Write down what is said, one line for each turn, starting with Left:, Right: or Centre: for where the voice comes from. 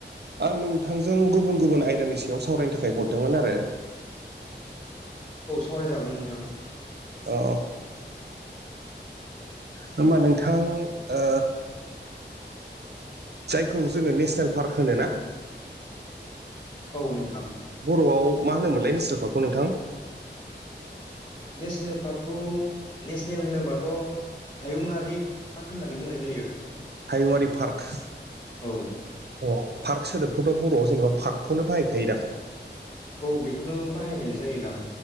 Right: आं नोंथांजों गुबुन गुबुन आयदानि सायाव सावरायनो थाखाय हरदोंमोन आरो।
Left: औ सावरायजागोन नोंथां।
Right: अ होनबा नोंथां ओ जायखौ जोङो नेसनेल पार्क होनो ना
Left: औ नोंथां।
Right: बर'आव मा होनोमोनलाय नेसनेल पार्कखौ नोंथां?
Left: नेसनेल पार्कखौ नेसनेल होनोबाथ' हायुंगिरि पार्क होननानै बुंनाय जायो।
Right: हायुङारि पार्क।
Left: औ।
Right: अ पार्क सोदोबखौथ' बर'आव जेनेबा पार्कखौनो बाहायखायोदा?
Left: औ बेखौनो बाहायनाय जायो दां।